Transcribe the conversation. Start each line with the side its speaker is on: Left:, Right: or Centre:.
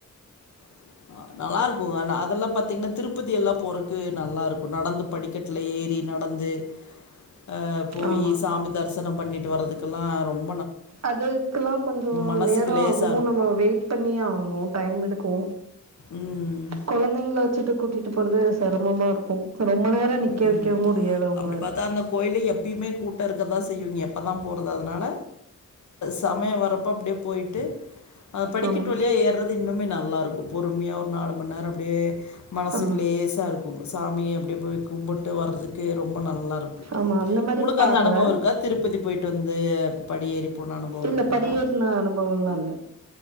Left: <inaudible> நல்லா இருக்கு ஆனா அதெல்லா பாத்தீங்னா திருப்பதி எல்லா போறக்கு நல்லா இருக்கு நடந்து படிக்கட்ல ஏறி நடந்து ந்து அ போயி
Right: ஆமா
Left: சாமி தரிசன பண்ணிட்டு வறதுக்கெல்லா ரொம்
Right: அதுகுலா கொஞ்ச
Left: மனசுக்கு
Right: நேர
Left: லேசாக
Right: ஆகு
Left: இருக்கும்
Right: நம்ம வெயிட் பண்ணி ஆகணு டைம் எடுக்கு
Left: ம்
Right: குழந்தைங்கள வச்சிட்டு கூட்டிட்டு போறது செரமமா இருக்கு ரொம்ப நேரோ நிக்க
Left: ம்
Right: வைக்க முடியாது அவங்கள
Left: அப்டி பாத்தா அந்த கோயில எப்பயுமே கூட்ட இருக்கதா செய்யு நீ எப்போ தா போறது அதனால சமய வரப்போ அப்டியே போய்டு அ படிக்கட்டு
Right: ஆமா
Left: வழியா ஏற்து இன்னுமே நல்லாருக்கு பொறுமையா ஒரு நாலு மண்நேர அப்டியே மனசுக்கு
Right: ஆ
Left: லேசா இருக்கு சாமிய அப்டியே போய் கும்பிட்டு வர்றதுக்கு ரொம்ப நல்லா இரு ருக்கு
Right: ஆமா அந்த மாரி
Left: உங்ளுக்கு
Right: பாக்கல
Left: அந்த அனுபவ இருக்கா திருப்பதி போயிட்டு வந்து படியேறி போன அனுபவம்
Right: இல்ல
Left: இருக்குங்களா
Right: படியேற்ன அனுபவம்லா இல்ல